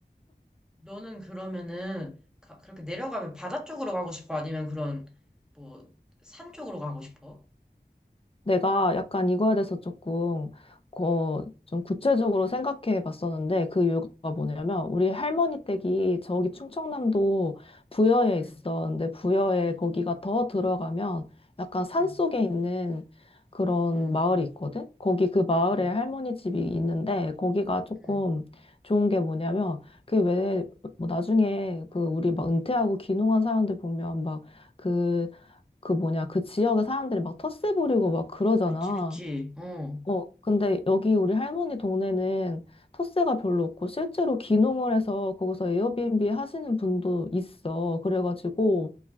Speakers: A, in the centre; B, on the left.
A: 너는 그러면은 가- 그렇게 내려가면 바다 쪽으로 가고 싶어? 아니면 그런 뭐 산 쪽으로 가고 싶어?
B: 내가 약간 이거에 대해서 조금 어, 좀 구체적으로 생각해 봤었는데 그 이유가 뭐냐면 우리 할머니 댁이 저기 충청남도 부여에
A: 응,
B: 있어. 근데 부여에
A: 응,
B: 거기가 더 들어가면 약간 산
A: 응,
B: 속에 있는 그런
A: 응,
B: 마을이 있거든? 거기 그 마을에
A: 응,
B: 할머니 집이 있는데 거기가 조금
A: 응.
B: 좋은 게 뭐냐면 그왜 뭐 나중에 그 우리 막 은퇴하고 귀농한 사람들 보면 막그 그 뭐냐, 그 지역의 사람들이 막 텃세 부리고 막 그러잖아.
A: 그치, 그치. 어.
B: 어, 근데 여기 우리 할머니 동네는 텃세가 별로 없고 실제로 귀농을 해서 거기서 에어비앤비 하시는 분도 있어. 그래가지고